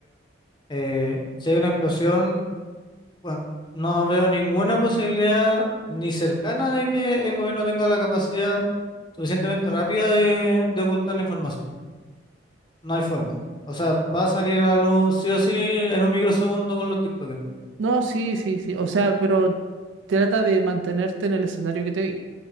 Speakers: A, on the left; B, on the right.
A: eh, si hay una explosión, bueno, no veo ninguna posibilidad ni cercana de que el gobierno tenga la capacidad suficientemente rápida de, de ocultar la información. No hay forma. O sea, va a salir a la luz sí o sí en un microsegundo con los TikTokers.
B: No, sí, sí, sí. O sea, pero trata de mantenerte en el escenario que te di.